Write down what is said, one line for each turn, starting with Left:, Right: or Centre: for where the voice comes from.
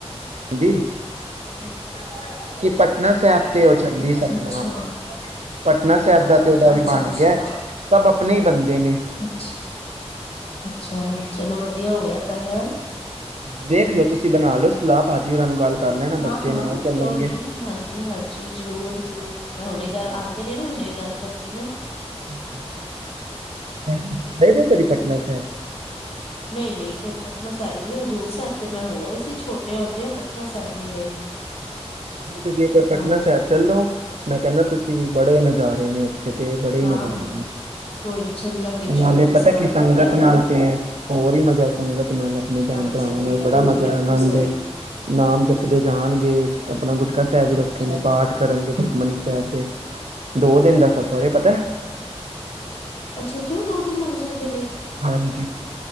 Right: ਹਾਂਜੀ।
Left: <inaudible>
Right: ਪਟਨਾ ਸਾਹਿਬ ਤੇ ਉਹ ਚੱਲੀ ਸਾਡੇ ਨਾਲ ਪਟਨਾ ਸਾਹਿਬ ਦਾ ਤੇ ਉਹਦਾ ਵੀ ਬਣ ਗਿਆ ਸਭ ਆਪਣੇ ਹੀ ਬੰਦੇ ਨੇ ਹਾਂ
Left: ਦਿ ਹੋ ਗਿਆ ਤਾਂ ਹੈ।
Right: ਦੇਖ ਲੋ ਤੁਸੀਂ ਬਣਾ ਲਓ ਸਲਾਹ ਭਾਜੀ ਉਹਰਾਂ ਨੂੰ ਗੱਲ ਕਰ ਲੈਣਾ ਬੱਚੇ
Left: ਹਾਂ-ਹਾਂ,
Right: ਨਾਲ ਚੱਲਣਗੇ
Left: ਕਿਉਂ ਨੀ, ਹਾਂਜੀ-ਹਾਂਜੀ, ਜ਼ਰੂਰ-ਜ਼ਰੂਰ, ਮੈਂ ਹੁਣੇ
Right: ਹਾਂ,
Left: ਗੱਲ ਆਉਂਦੇ ਨੇ ਨਾ ਹੁਣੇ ਗੱਲ ਕਰਨੀਆਂ।
Right: <inaudible>
Left: ਨਹੀਂ-ਨਹੀਂ, ਕਦ ਪਟਨਾ ਸਾਹਿਬ ਨੀ ਗਈ ਹਜ਼ੂਰ ਸਾਹਿਬ ਤੇ ਮੈਂ ਹੋ ਆਈ ਸੀ ਛੋਟੇ ਹੁੰਦੀਆ ਪਟਨਾ ਸਾਹਿਬ ਨੀ ਗਈ।
Right: ਤੁਸੀਂ ਇੱਕ ਵਾਰ ਪਟਨਾ
Left: ਹਾਂਜੀ
Right: ਸਾਹਿਬ ਚੱਲੋ। ਮੈਂ ਕਹਿੰਦਾ ਤੁਸੀਂ ਬੜੇ ਨਜ਼ਾਰੇ ਨੇ। ਇਥੇ ਤੇ ਬੜੇ ਹੀ
Left: ਹਾਂ-ਹਾਂ
Right: ਨਜ਼ਾਰੇ ਨੇ,
Left: ਕੋਈ ਨੀ ਚੱਲਾਂਗੇ ਜ਼ਰੂਰ
Right: ਨਾਲੇ
Left: ਇਸ
Right: ਪਤਾ
Left: ਵਾਰ
Right: ਕੀ
Left: ਤੁਸੀਂ
Right: ਸੰਗਤ
Left: ਕਹਿ
Right: ਨਾਲ
Left: ਰਹੇ ਹੋ।
Right: ਤੇ ਹੋਰ ਹੀ ਮਜ਼ਾ ਹੈ ਸੰਗਤ ਨਾਲ ਆਪਣੇ ਭੈਣ-ਭਰਾਵਾਂ
Left: ਹਾਂਜੀ
Right: ਨਾਲ
Left: ਬਿਲਕੁਲ-ਬਿਲਕੁਲ
Right: ਬੜਾ ਮਜ਼ਾ ਆਨੰਦ
Left: ਸਹੀ
Right: ਏ, ਨਾਮ ਜਪਦੇ ਜਾਣਗੇ। ਆਪਣਾ ਗੁਟਕਾ ਸਾਹਿਬ ਵੀ
Left: ਹਾਂਜੀ
Right: ਰੱਖੇ ਨੇ ਪਾਠ ਕਰ। ਹਾਂਜੀ। ਸੁਖਮਨੀ ਸਾਹਿਬ ਦਾ ਦੋ ਦਿਨ ਦਾ ਸਫਰ ਹੈ। ਪਤਾ
Left: ਅੱਛਾ ਉੱਥੇ ਵੀ ਦੋ ਦਿਨ ਲੱਗ ਜਾਂਦੇ ਨੇ।
Right: <unintelligible>